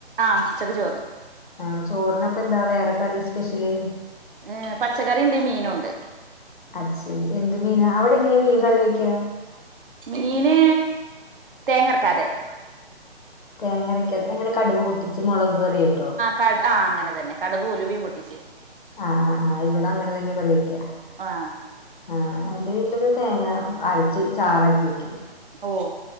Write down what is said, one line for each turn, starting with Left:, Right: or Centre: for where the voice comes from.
Right: ആഹ് ഉച്ചക്ക് ചോറ്
Left: ആഹ് ചോറ്നപ്പന്താ വേറെ കറി സ്പെഷ്യല്
Right: ഏഹ് പച്ചക്കറിയ്ണ്ട് മീനുണ്ട്
Left: അത് ശരി എന്ത് മീനാ അവടെ എങ്ങനെയാ മീൻ കറിവെക്ക്യാ
Right: മീന് തേങ്ങ അരക്കാതെ
Left: തേങ്ങ അരക്ക്യാതെ എങ്ങനെ കടുക് പൊട്ടിച്ച് മൊളക് കറിയായിട്ടോ
Right: കട ആഹ് അങ്ങനെ തന്നെ കടകും ഉലുവിം പൊട്ടിച്ച്
Left: ആഹ് ആഹ് ആഹ് ഇവടെ അങ്ങനെ തന്നെ കറി വെയ്ക്കാ
Right: ആഹ്
Left: ആഹ് എന്റെ വീട്ട്ലൊക്കെ തേങ്ങ അരച്ച് ചാറാക്കി വെക്ക്യും
Right: ഓഹ്